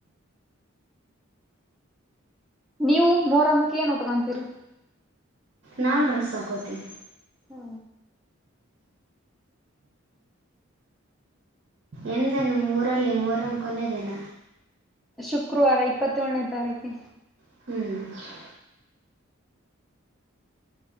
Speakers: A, in the centre; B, on the right (about 60°).
A: ನೀವು ಮೋರಂ ಕೇನ್ ಉಟ್ಕೊಂತೀರಿ.
B: ನಾವು ಡ್ರೆಸ್ ಹಕೋತಿವಿ.
A: ಹಾ,
B: ಎಂದನ್ನು ಮೂರಲ್ಲಿ ಮೂರಂ ಕೊನೆಯ ದಿನ.
A: ಶುಕ್ರವಾರ ಇಪ್ಪತ್ತೇಳನೇ ತಾರೀಕಿ.
B: ಹ್ಮ್.